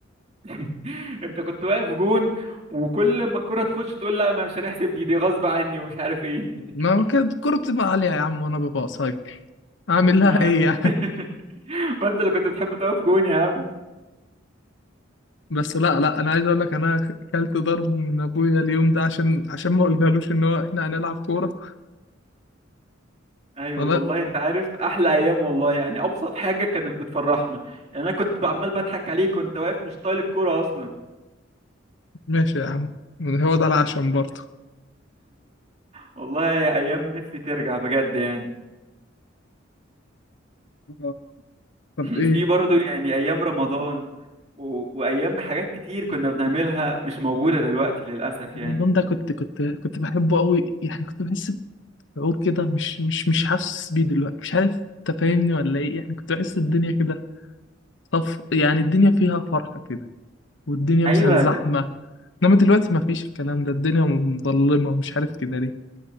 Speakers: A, on the right; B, on the left.
A: <laughs> انت كنت واقف جون وكل ما الكوره تخش تقول لا ما مش هنحسب دي دي غصب عني ومش عارف ايه
B: ما
A: <laughs>
B: كانت الكورة بتبقى عالية يا عم وأنا ببقى قصير أعمل
A: ما
B: لها إيه
A: ما
B: يعني
A: <laughs> ما انت اللي كنت بتحب تقف جون يا عم
B: بس لا لا انا عايز اقول لك انا كلت ضرب من ابويا اليوم ده عشان عشان ما قلنالوش ان هو احنا هنلعب كوره
A: ايوه
B: ولا
A: والله انت عارف احلى ايام والله يعني ابسط حاجه كانت بتفرحنا يعني انا كنت عمال بضحك عليك وانت واقف مش طايل الكوره اصلا
B: ماشي يا عم هو ده العشم برضه
A: والله ايام نفسي ترجع بجد يعني
B: آه. طب
A: <clears throat>
B: ايه
A: في برضو يعني ايام رمضان و... وايام حاجات كتير كنا بنعملها مش موجودة دلوقتي للاسف
B: رمضان
A: يعني
B: ده كنت كنت كنت بحبه قوي يعني كنت بحس بشعور كده مش مش مش حاسس بيه دلوقتي مش عارف انت فاهمني ولا ايه يعني كنت بحس الدنيا كده طف يعني الدنيا فيها فرحة كده والدنيا مثلا
A: ايوه
B: زحمة
A: د...
B: انما دلوقتي ما فيش الكلام ده الدنيا مظلمة مش عارف كده ليه